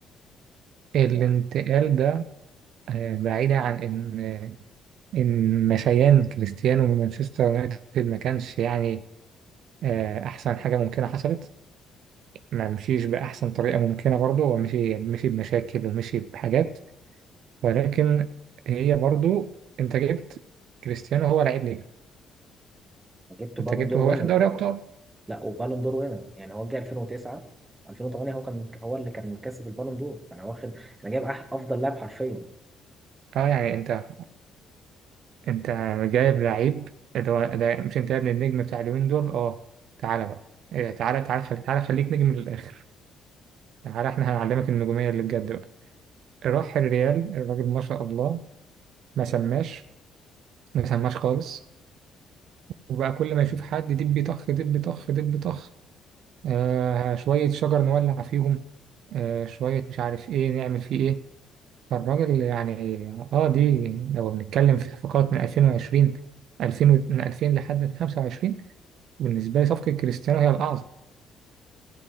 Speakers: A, on the right; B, on the right.
A: الانتقال
B: يعني
A: ده آه، بعيدا عن ان آه، إن مشيان كريستيانو من مانشستر يونايتد ما كانش يعني آه، أحسن حاجة ممكنة حصلت ما مشيش بأحسن طريقة ممكنة برضه هو مشي مشي بمشاكل ومشي بحاجات ولكن هي برضه أنت جبت كريستيانو هو لعيب نجم
B: جبته
A: أنت
B: بالون
A: جبته
B: دور
A: هو
B: وينر
A: واخد دوري أبطال
B: لا وبالون دور وينر يعني هو جه 2009 2008 هو كان هو اللي كان كسب البالون دور انا واخد انا جايب أح- افضل لاعب حرفيا
A: أه يعني أنت أنت جايب لعيب اللي هو ده مش أنت يا ابن النجم بتاع اليومين دول أه تعالى بقى إيه، تعالى تعالى خلي- تعالى خليك نجم للآخر تعالى إحنا هنعلمك النجومية اللي بجد بقى راح الريال الراجل ما شاء الله ما سماش ما سماش خالص وبقى كل ما يشوف حد دب طخ دب طخ دب طخ آه شوية شجر نولع فيهم آه شوية مش عارف ايه نعمل فيه ايه فالراجل يعني اه دي لو بنتكلم في صفقات من 2020 2000 و- من 2000 لحد 25 بالنسبة لي صفقة كريستيانو هي الأعظم